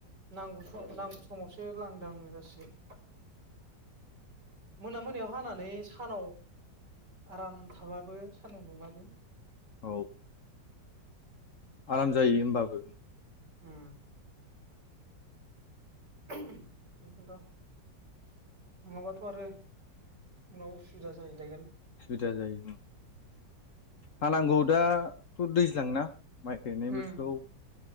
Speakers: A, on the right; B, on the left.
A: नांगौ समाव समावसो लांदां जासिगोन मोना मोनायाव हानानै सानाव आराम थाबाबो सानदुं दुंबाबो
B: औ आराम जायो होमबाबो
A: ओम बेखौनोथ' नङाबाथ' आरो उनाव उसुबिदा जाहैलायगोन
B: सुबिदा जायो हानांगौ दा थ दैज्लांना माइ गायनाय
A: उम
B: बोथोराव